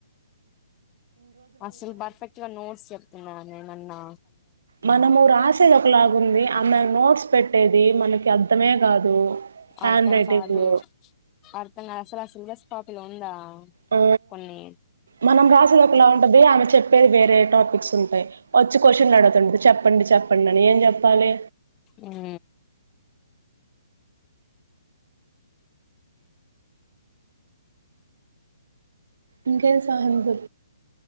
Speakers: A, on the left; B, on the right.
A: అస్లు బర్ఫెక్ట్గా నోడ్స్ చెప్తన్నార నేమన్నా
B: మనము రాసేది ఒకలాగుంది ఆమ్మాయి నోట్స్ పెట్టేది మనకి అర్ధమే కాదు
A: అర్థం
B: హ్యాండ్ రైటింగ్
A: కాదు అర్థం కాదు అసలు ఆ సిలబస్ కాపీలు ఉందా
B: ఆ
A: కొన్నీ
B: మనం రాసేది ఒకలా ఉంటది ఆమె చెప్పేది వేరే టాపిక్స్ ఉంటాయి వచ్చి కొషన్లు అడుగుతుంటది చెప్పండి చెప్పండి అని ఏం చెప్పాలి
A: మ్
B: ఇంకేంటి సంగతి